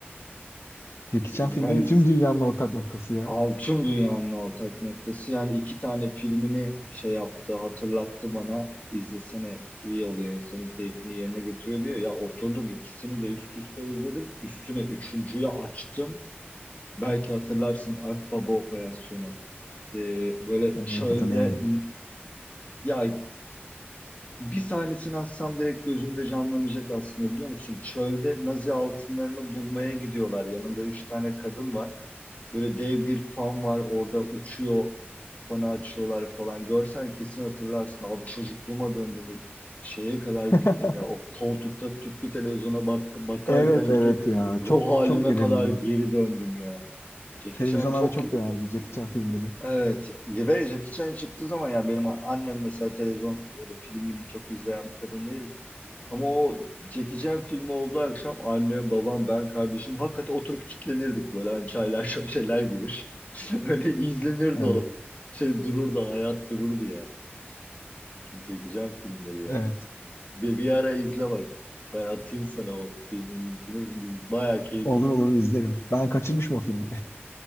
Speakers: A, on the left (about 80°); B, on the left (about 35°).
A: Jackie
B: siz
A: Chan filmleri
B: hani
A: tüm dünyanın ortak noktası ya.
B: Abi tüm dünyanın ortak noktası. Yani iki tane filmini şey yaptı, hatırlattı bana. İzlesene iyi oluyor insanın keyfini yerine getiriyor diyor. Ya oturdum ikisini de üst üste izledim. Üstüne üçüncüyü açtım. Belki hatırlarsın Akbaba Operasyonu. Ee, böyle
A: Yani
B: çölde
A: yok hatırlayamadım.
B: ya bir sahnesini atsam direkt gözümde canlanacak aslında biliyor musun? Çölde Nazi altınlarını bulmaya gidiyorlar. Yanında üç tane kadın var. Böyle dev bir fan var orada uçuyor. Fanı açıyorlar falan. Görsen kesin hatırlarsın. Abi çocukluğuma döndüm. Şeye kadar gittim
A: <laughs>
B: ya. O koltukta tüplü televizyona bak bakarken
A: Evet evet
B: ki
A: ya.
B: ruh
A: Çok
B: halime
A: çok verirdi.
B: kadar geri döndüm ya. Jackie
A: Televizyonlarda
B: Chan çok
A: çok dönerdi Jackie Chan filmleri.
B: evet. Ve Jackie Chan çıktığı zaman ya benim annem mesela televizyon öyle film bilim çok izleyen bir kadın değil. Ama o çekeceğim film olduğu akşam annem, babam, ben, kardeşim hakikaten oturup kitlenirdik böyle hani çaylar şöşeler gibi. <laughs> Öyle izlenirdi
A: Evet,
B: o. Şey dururdu, hayat dururdu ya. Çeke- Çekeceğim filmleri
A: evet.
B: ya. Ve bir ara izle bak. Ben atayım sana o filmin linkini. Bir- Bayağı keyif
A: Olur
B: aldım.
A: olur izlerim. Ben kaçırmışım o filmi.